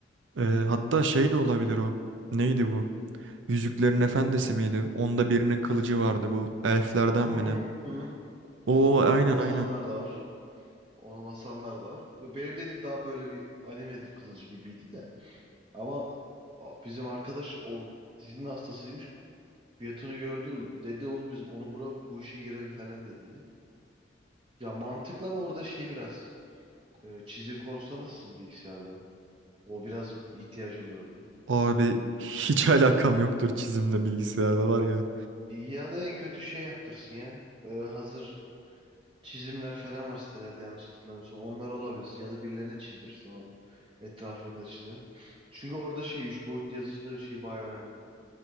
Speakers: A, on the right; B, on the right.
A: e, hatta şey de olabilir o. Neydi bu? Yüzüklerin Efendisi miydi? Onda birinin kılıcı vardı bu. Elflerden
B: Hı hı
A: mi ne?
B: hı.
A: Oo aynen
B: Onu basanlar
A: aynen.
B: da var. Onu basanlar da var. Ya benim dediğim daha böyle bir anime kılıcı gibiydi de. Ama a- bizim arkadaş o dizinin hastasıymış. Fiyatını gördü. Dedi oğlum biz onu bura bu işe girelim falan dediydi. Ya mantıklı ama orada şey biraz e, çizim konusunda nasılsın bilgisayarda? O biraz ihtiyacı oluyordu.
A: Abi hiç <laughs> alakam yoktur çizimle bilgisayarda var ya.
B: Ya da en kötü şey yaptırsın ya. Ee, hazır çizimler falan var sitelerde yanlış hatırlamıyorsam. Onları alabilirsin ya da birilerine çizdirsin o etrafında çizen. Çünkü orada şey üç boyutlu yazıcıda şey bayağı önemli.